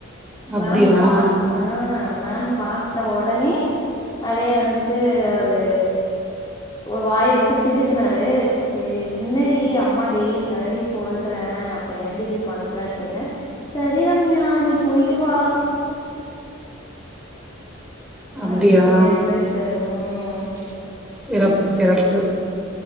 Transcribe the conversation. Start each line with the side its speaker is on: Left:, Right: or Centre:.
Left: மேம்ம
Centre: அப்டியா
Left: பாத் ஆ மேம் பாத்த ஒடனே அப்டியே வந்துட்டு ஒரு வாய் மட்டு பிதுக்குனாரு செரி என்னடி அம்மா டெய்லி தானாடி சொல்ற அப் அப்ப ஏன்டி இப்டி பண்றேன் கேட்டெ சரி ரம்யா நீ போய்ட்டு வா
Centre: <inaudible>
Left: வாடின்னு
Centre: அப்டியா
Left: சொல்லி அனுப்பிவச்டாரு ம்
Centre: சிறப்பு சிறப்பு